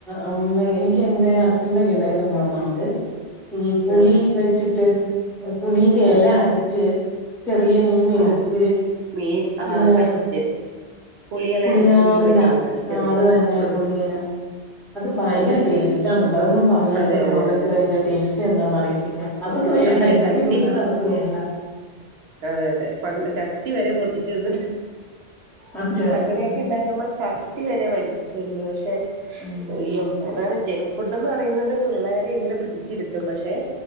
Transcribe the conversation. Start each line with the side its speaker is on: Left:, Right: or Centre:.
Centre: അമ്മ എനിക്കെന്റെ അച്ഛമ്മയൊക്കെ ഇണ്ടാക്കി തന്ന ഓർക്കണുണ്ട്. പുളി
Right: ആഹ്
Centre: വെച്ചിട്ട് പുളീന്റെ
Right: ആഹ്
Centre: എല അരച്ച് ചെറിയ മീൻ മേടിച്ച്
Right: ചാസ് മീൻ ആഹ്
Centre: ഇതിനക
Right: പറ്റിച്ച് പുളിയെല്ലാം
Centre: പുളിയാറില
Right: അരച്ച് മീൻ പറ്റിക്കുന്നത് ചെറിയ
Centre: ആഹ് അത് തന്നെ
Right: മീൻ ആഹ്
Centre: പുളിയെല അത് ഭയങ്കര
Right: ആഹ്
Centre: ടേസ്റ്റ് ആണ്‌ട്ടോ അതൊന്നും പറഞ്ഞാൽ
Right: അതെ
Centre: ഇപ്പത്തെ
Right: അതെ
Centre: മക്കക്ക്
Right: അതെ അതെ
Centre: അതിന്റെ ടേസ്റ്റ് എന്താന് ഇതില്ല അവർക്ക്
Right: ഉം
Centre: വേണ്ട
Right: അതിന്റെ
Centre: ഇണ്ടാക്കി
Right: ചട്ടി
Centre: കൊടുത്താലും അവർക്ക് വേണ്ട
Right: അതെ അതെ പണ്ട് ചട്ടി വരെ പൊട്ടി ച്ച് എന്നിട്ട്
Centre: അതെ അതെ
Right: അങ്ങനയൊക്കെ
Centre: അതെ അതെ
Right: ഇണ്ടാക്ക്കുമ്പം ചട്ടി വരെ വടി ച്ചിട്ടുണ്ട് പക്ഷേ
Centre: ഉം
Right: അയ്യോ എന്നാണ് ജങ്ക്സ് ഫുഡ് എന്ന് പറയുന്നത് പിള്ളേരെ ഇങ്ങനെ പിടിച്ചിരുത്തും. പക്ഷെ